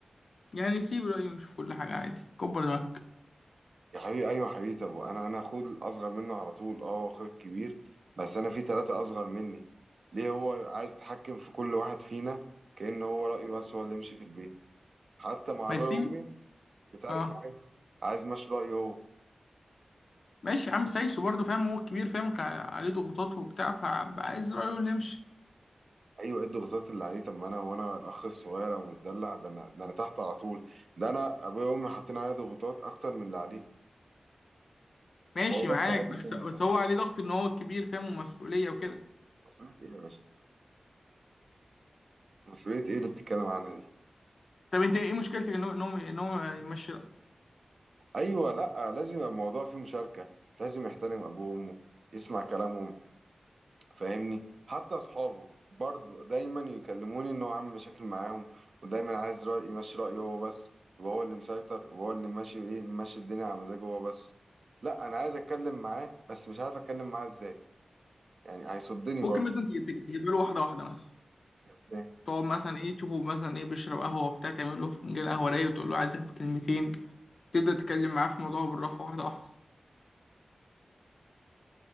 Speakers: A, on the left (about 70°); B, on the right (about 60°).
A: يعني سيب رأيه مش في كل حاجة عادي كبر دماغك
B: يا حبيبي ايوه يا حبيبي طب انا انا اخوه الاصغر منه على طول اه هو اخويا الكبير بس انا في ثلاثه اصغر مني ليه هو عايز يتحكم في كل واحد فينا كأن هو رايه بس هو اللي يمشي في البيت حتى مع
A: ما
B: ابويا
A: سيب
B: وامي بيتعارك
A: اه
B: معاهم عايز ماشي رايه هو
A: ماشي يا عم سايسه برضه فاهم هو الكبير فاهم كان عليه ضغوطات وبتاع فعايز رأيه اللي يمشي
B: ايوه ايه الضغوطات اللي عليه طب ما انا وانا الاخ الصغير او متدلع ده انا ده انا تحت على طول ده انا ابويا وامي حاطين عليا ضغوطات اكتر من اللي عليه
A: ماشي
B: هو بس
A: معاك
B: عايز
A: بس
B: يكون
A: بس
B: متحكم
A: هو عليه ضغط ان هو الكبير فاهم ومسؤولية وكده
B: مسؤوليه ايه يا باشا مسؤوليه ايه اللي بتتكلم عنها دي
A: طب انت ايه مشكلتك ان هو ان هو ان هو يمشي رأيه
B: ايوه لا لازم يبقى الموضوع فيه مشاركه لازم يحترم ابوه وامه يسمع كلامهم فاهمني حتى اصحابه برضو دايما يكلموني ان هو عامل مشاكل معاهم ودايما عايز رايي ماشي رايه هو بس يبقى هو اللي مسيطر يبقى هو اللي ماشي ايه ماشي الدنيا على مزاجه هو بس لا انا عايز اتكلم معاه بس مش عارف اتكلم معاه ازاي يعني هيصدني
A: ممكن
B: برضو
A: مثلا تج- تج- تجيب له واحدة واحدة مثلا
B: ازاي
A: تقعد مثلا ايه تشوفه مثلا ايه بيشرب قهوة وبتاع تعمل له فنجان قهوة رايق وتقول له عايزك في كلمتين تبدأ تتكلم معاه في الموضوع بالراحة واحدة واحدة